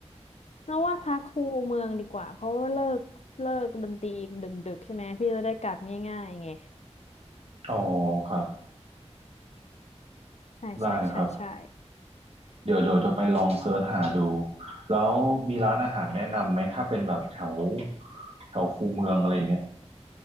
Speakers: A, on the left; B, on the right.
A: เอาว่าพักคูเมืองดีกว่าเพราะว่าเลิกเลิกดนตรีดึกๆใช่ไหมพี่จะได้กลับง่ายๆไง
B: อ๋อครับ
A: ใช่ใช่ใช่ใช่
B: ได้ครับเดี๋ยวเดี๋ยวจะไปลองเซิร์ชหาดูแล้วมีร้านอาหารแนะนำไหมถ้าเป็นแบบแถวแถวคูเมืองอะไรอย่างเงี้ย